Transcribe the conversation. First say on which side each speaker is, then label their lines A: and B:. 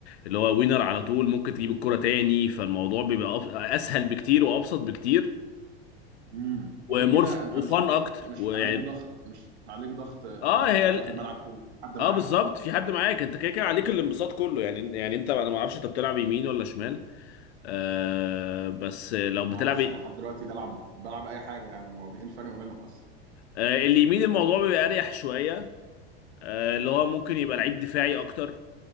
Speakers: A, on the left; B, on the right.
A: اللي هو وينر على طول ممكن تجيب الكرة تاني فالموضوع بيبقى أبس- اسهل بكتير وابسط بكتير
B: امم
A: ومرف
B: وغير كده انت
A: وفن
B: مش عليك
A: اكتر
B: مش
A: ويعني
B: عليك ضغط مش عليك ضغط انك
A: اه هي
B: عليك
A: ال-
B: الملعب كله حد معاك
A: اه بالظبط في حد معاك انت كده كده عليك الانبساط كله يعني يعني انت انا ما اعرفش انت بتلعب يمين ولا شمال آه بس لو
B: ما
A: بتلعب
B: اعرفش انا لحد دلوقتي بلعب بلعب اي حاجه يعني هو ايه الفرق ما بينهم اصلا
A: آه اليمين الموضوع بيبقى اريح شوية آه اللي هو ممكن يبقى لعيب دفاعي اكتر